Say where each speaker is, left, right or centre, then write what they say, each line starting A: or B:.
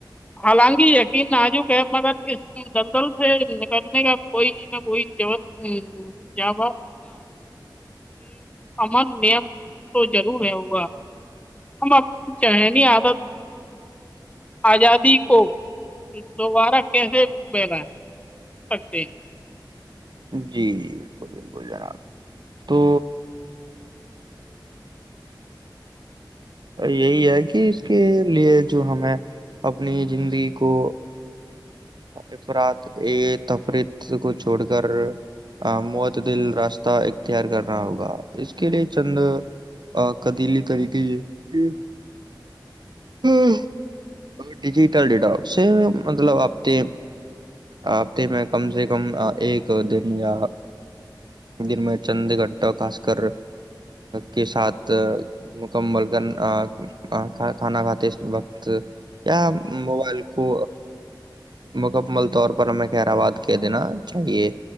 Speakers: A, on the left; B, on the right.
A: حالانکہ یقین نازک ہے مگر اس دلدل سے نکلنے کا کوئی نہ کوئیاب امن نیم تو ضرور ہے ہوگا ہم اپنی ذہنی عادت آزادی کو دوبارہ کیسے ملا ہے سکتے
B: جی جی بالکل بالکل جناب تو یہی ہے کہ اس کے لیے جو ہمیں اپنی زندگی کو افرات تفریت کو چھوڑ کر معتدل راستہ اختیار کرنا ہوگا اس کے لیے چند قدیلی طریقے یہ ہے کہ ڈیجیٹل ڈیٹا سے مطلب آپ ہتے ہفتے میں کم سے کم ایک دن یا دن میں چند گھٹا خاصکر کے ساتھ مکمل کرنا کھانا کھاتے وقت یا موبائل کو مکمل طور پر ہمیں کہر آباد کہ دینا چاہیے